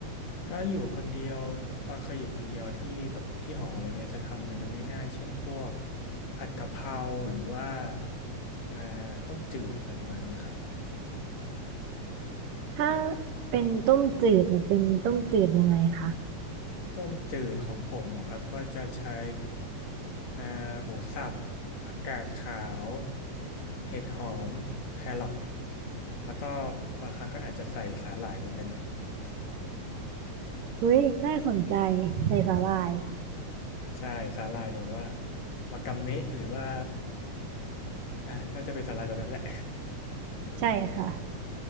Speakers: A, on the left; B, on the right.
A: ถ้าอยู่คนเดียวตอนเคยอยู่คนเดียวที่แบบที่หออะไรเงี้ยจะทำเมนูง่ายๆเช่นพวกผัดกะเพราหรือว่าอ่าต้มจืดอะไรประมาณนี้ครับ
B: ถ้าเป็นต้มจืดเนี่ยเป็นต้มจืดยังไงคะ
A: ต้มจืดของผมเหรอครับก็จะใช้อ่าหมูสับผักกาดขาวเห็ดหอมแครอทแล้วก็บางครั้งก็อาจจะใส่สาหร่ายลงไปหน่อย
B: อุ้ยน่าสนใจใส่สาหร่าย
A: ใช่สาหร่ายแบบว่าวากาเมะหรือว่าอ่ะน่าจะเป็นสาหร่ายแบบนั้นแหละ
B: ใช่ค่ะ